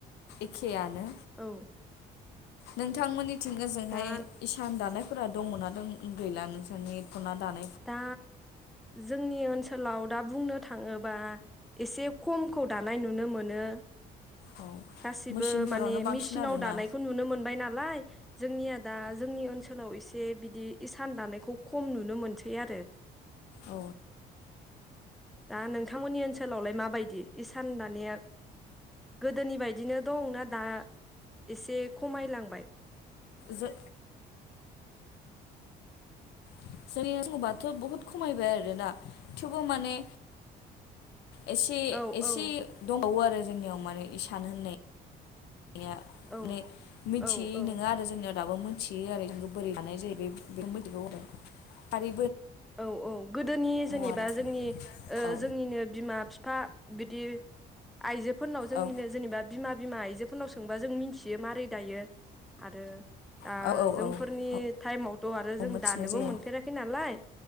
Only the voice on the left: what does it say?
एखेयानो
नोंथांमोननि थिं ओजोंहाय
इसान दानाय फोरा दङना दं गैला नोंसानि दखना दानाय
औ
मेचिनफोरावनो
बांसिन
आरोना
औ
जो <unintelligible> बहुद खमायबाय आरोना थेवबो माने एसे
एसे दंबावो आरो आरो जोंनियाव माने इसान होननाय या
मि मिथियै
नङा आरो जोंनियाव दाबो मोनथियो आरो जोंखौ बोरै हानाय जायो बे बेखौ मिथिग फारि
आरो
औ
औ
औ औ
औ
औ
मिथिनाय
जायो